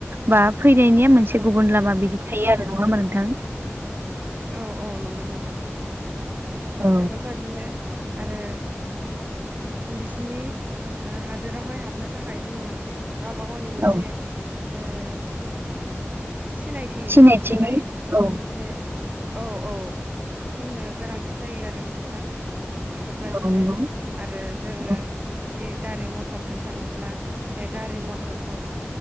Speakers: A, on the right; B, on the right.
A: बा फैनायनिया मोनसे
B: औ
A: गुबुन लामा बिदि थायो आरो नङा ओमबा नोंथां
B: औ-औ नंगौ नोंथां
A: औ
B: बेफोरबायदिनो आरो बिसिनि हादोरावहाय हाबनो थाखाय जोंनो गावबा गावनि मोनसे
A: औ
B: ओ सिनायथि
A: सिनायथिनि
B: थानाय
A: औ
B: मोनसे औ-औ जोंनो गोनांथि जायो आरोना नोंथां बेफोरबादिनो
A: औ नंगौ
B: आरो जोङो
A: औ
B: जुदि गारि मथरजों थाङोब्ला बे गारि मटरखौ